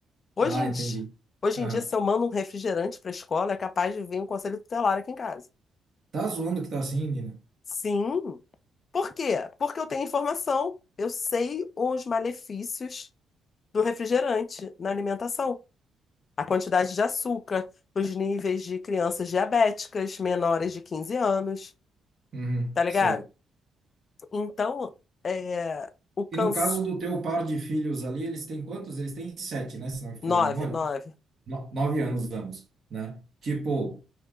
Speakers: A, on the left; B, on the right.
A: Hoje
B: Ah,
A: em
B: entendi.
A: dia, hoje
B: Aham.
A: em dia, se eu mando um refrigerante para a escola, é capaz de vir um conselho tutelar aqui em casa.
B: Tá zoando que tá assim, Nina?
A: Sim. Por quê? Porque eu tenho informação, eu sei os malefícios do refrigerante na alimentação. a quantidade de açúcar para os níveis de crianças diabéticas menores de 15 anos,
B: Uhum,
A: tá ligado?
B: sei.
A: Então, é, o câncer.
B: E no caso do teu par de filhos ali, eles têm quantos? Eles têm sete, né? Se não me falha
A: nove
B: a memória.
A: nove,
B: No- nove anos ambos, né? Tipo,